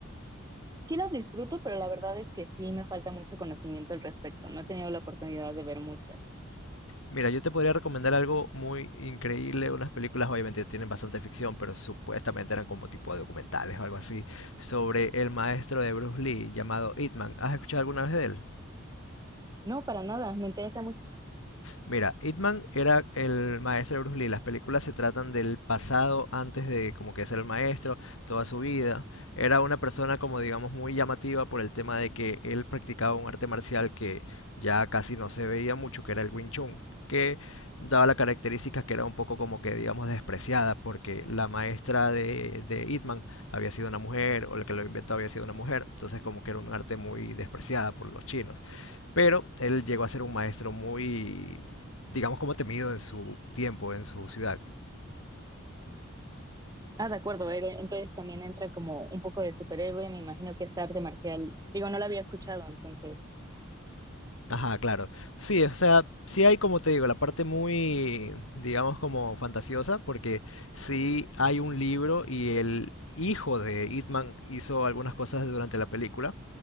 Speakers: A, on the right; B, on the left.
A: sí las disfruto, pero la verdad es que sí me falta mucho conocimiento al respecto. No he tenido la oportunidad de ver muchas.
B: Mira, yo te podría recomendar algo muy increíble, unas películas obviamente tienen bastante ficción, pero supuestamente eran como tipo de documentales o algo así, sobre el maestro de Bruce Lee llamado Ip Man. ¿Has escuchado alguna vez de él?
A: No, para nada, me interesa mucho.
B: Mira, Hitman era el maestro de Bruce Lee. Las películas se tratan del pasado antes de como que ser el maestro, toda su vida. Era una persona como digamos muy llamativa por el tema de que él practicaba un arte marcial que ya casi no se veía mucho, que era el Wing Chun, que daba la característica que era un poco como que digamos despreciada porque la maestra de, de Hitman había sido una mujer o la que lo inventó había sido una mujer. Entonces como que era un arte muy despreciada por los chinos. Pero él llegó a ser un maestro muy, digamos, como temido en su tiempo, en su ciudad.
A: Ah, de acuerdo, Eren. Entonces también entra como un poco de superhéroe, me imagino que es arte marcial. Digo, no la había escuchado, entonces.
B: Ajá, claro. Sí, o sea, sí hay, como te digo, la parte muy, digamos, como fantasiosa, porque sí hay un libro y el hijo de Hitman hizo algunas cosas durante la película.